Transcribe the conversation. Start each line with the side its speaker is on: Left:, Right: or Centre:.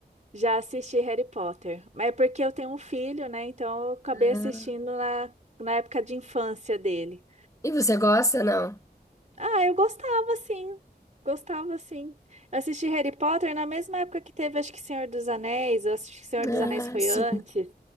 Right: já assisti Harry Potter. Mas é porque eu tenho um filho, né? Então eu acabei assistindo
Left: Ah,
Right: na, na época de infância dele.
Left: E você gosta, não?
Right: Ah, eu gostava, sim. Gostava, sim. Eu assisti Harry Potter na mesma época que teve, acho que Senhor dos Anéis. Eu assisti que Senhor
Left: Ah,
Right: dos Anéis foi
Left: sim.
Right: antes.